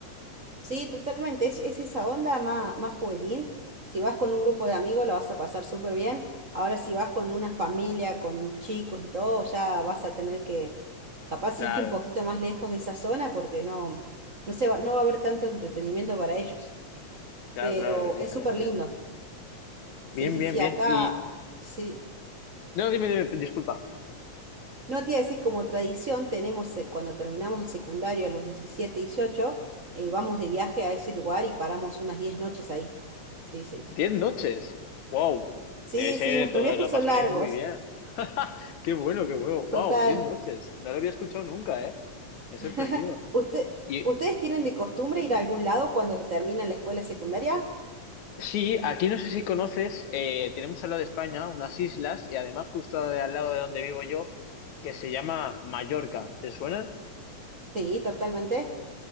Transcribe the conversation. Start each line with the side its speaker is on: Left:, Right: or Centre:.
Right: Sí, totalmente. Es, es esa onda más, más juvenil. Si vas con un grupo de amigos, lo vas a pasar súper bien. Ahora, si vas con una familia, con chicos y todo, ya vas a tener que, capaz,
Left: Claro.
Right: irte un poquito más lejos de esa zona porque no, no se va, no va a haber tanto entretenimiento para ellos.
Left: Claro,
Right: Pero
Left: claro, es diferente.
Right: es súper lindo.
Left: Bien,
Right: Sí, sí,
Left: bien,
Right: sí.
Left: bien.
Right: Acá,
Left: Y.
Right: sí.
Left: No, dime, dime, disculpa.
Right: No te iba a decir, como tradición, tenemos eh, cuando terminamos el secundario a los 17 18 eh, vamos de viaje a ese lugar y paramos unas 10 noches ahí. Sí, sí.
Left: Diez noches. Wow.
Right: Sí,
Left: Debe ser,
Right: sí, nuestros
Left: todo
Right: viajes
Left: lo
Right: son
Left: pasaréis
Right: largos,
Left: muy bien. <laughs> Qué bueno, qué bueno. Wow,
Right: total.
Left: diez noches. No lo había escuchado nunca, ¿eh? Me ha sorprendido.
Right: <laughs> ¿Usted,
Left: Y
Right: ustedes tienen de costumbre ir a algún lado cuando terminan la escuela secundaria?
Left: sí, aquí no sé si conoces, eh, tenemos al lado de España unas islas y además justo de- al lado de donde vivo yo, que se llama Mallorca. ¿Te suena?
Right: Sí, totalmente.